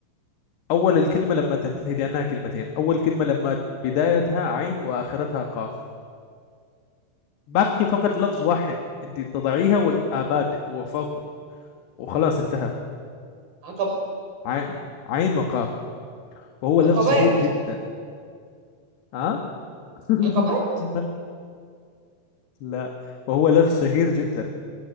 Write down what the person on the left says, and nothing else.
أول الكلمة لما تنتهي لأنها كلمتين أول كلمة لما بدايتها عين وآخرتها قاف باقي فقط لفظ واحد أنت تضعيها وآباد وفوق وخلاص انتهى
عين عين وقاف وهو
لفظ شهير جدا ها <laughs>
لا وهو لف شهير جدا